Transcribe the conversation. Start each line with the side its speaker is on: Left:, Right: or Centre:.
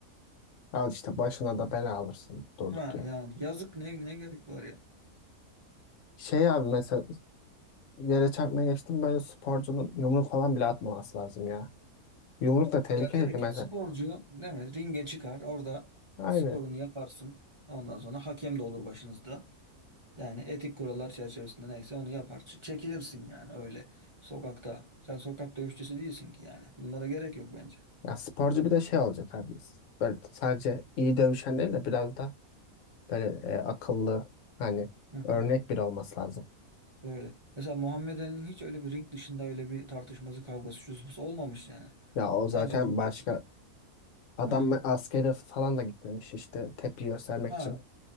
Left: Al işte başına da bela alırsın durduk
Right: Ha
Left: ya.
Right: yani yazık ne ne gerek var
Left: Şey abi mesela yere çarpmaya geçtim böyle sporcunun yumruk falan bile atmaması lazım ya. Yumruk da tehlikeli
Right: Ya gerek
Left: ki mesela.
Right: yok. Sporcu değil mi? Ringe çıkar. Orada
Left: Aynen.
Right: sporunu yaparsın. Ondan sonra hakem de olur başınızda. Yani etik kurallar çerçevesinde neyse onu yapar. Ç- Çekilirsin yani öyle. Sokakta. Sen sokak dövüşçüsü değilsin ki yani. Bunlara gerek yok bence.
Left: Ya sporcu bir de şey olacak abi. Böyle sadece iyi dövüşen değil de biraz da böyle e, akıllı hani
Right: Hı hı.
Left: örnek biri olması lazım.
Right: Öyle. Mesela Muhammed Ali'nin hiç öyle bir ring dışında öyle bir tartışması, kavgası, şusu olmamış yani.
Left: Ya o
Right: Sadece
Left: zaten
Right: ringde
Left: başka
Right: çıkıp.
Left: Adam
Right: Hı hı.
Left: askere falan da gitmemiş işte tepki göstermek
Right: Ha.
Left: için.